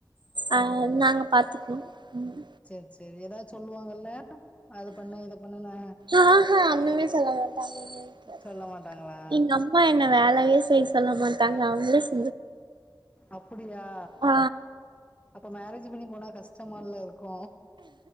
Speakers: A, on the right (about 75°); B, on the left (about 15°).
A: ஆ நாங்க பாத்துக்கணு ம்
B: சேர் செரி ஏதாது சொல்லுவாங்கல்ல அது பண்ணு இத பண்ணு நா
A: ஆஹ அந்தமேரி சொல்ல மாட்டாங்க எங்க வீட்ல
B: சொல்ல மாட்டாங்களா
A: இன்னும் அம்மா என்ன வேலையே செய்ய சொல்ல மாட்டாங்க அவுங்களே செ
B: அப்புடியா
A: ஆ
B: அப்ப மேரேஜ் பண்ணி போனா கஷ்டமால்ல இருக்கு